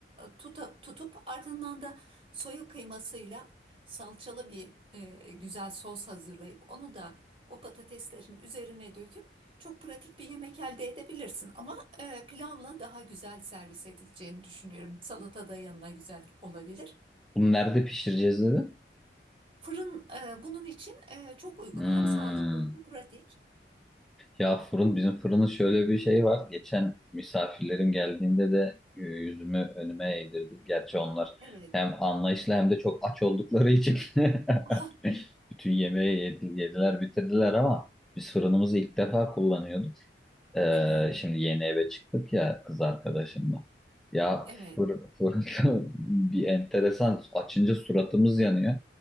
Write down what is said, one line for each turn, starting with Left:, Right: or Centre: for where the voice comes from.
Right: tuta- tutup ardından da soya kıymasıyla salçalı bir e, güzel sos hazırlayıp onu da o patateslerin üzerine döküp çok pratik bir yemek elde edebilirsin. Ama e, pilavla daha güzel servis edileceğini düşünüyorum. Salata da yanına güzel olabilir.
Centre: Bunu nerede pişireceğiz dedi?
Right: Fırın e, bunun için e, çok uygun.
Centre: Hmm.
Right: Hem sağlıklı hem pratik.
Centre: Ya fırın bizim fırının şöyle bir şey var. Geçen misafirlerim geldiğinde de e, yüzümü önüme eğdirdi. Gerçi onlar
Right: Evet.
Centre: hem anlayışlı hem de çok aç oldukları için
Right: Ah,
Centre: <laughs> bütün yemeği yedi- yediler bitirdiler ama biz fırınımızı ilk defa kullanıyorduk. Ee,
Right: evet.
Centre: şimdi yeni eve çıktık ya kız arkadaşımla. Ya
Right: Evet.
Centre: fırın, fırın <laughs> bir enteresan. Açınca suratımız yanıyor.